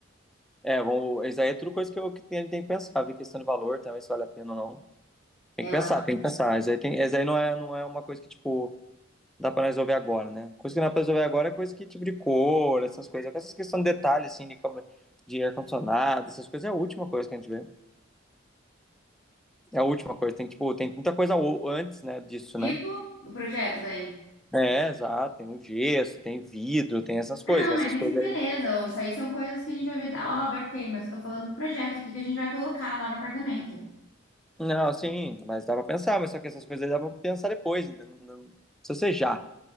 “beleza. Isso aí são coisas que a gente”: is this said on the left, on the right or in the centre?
Left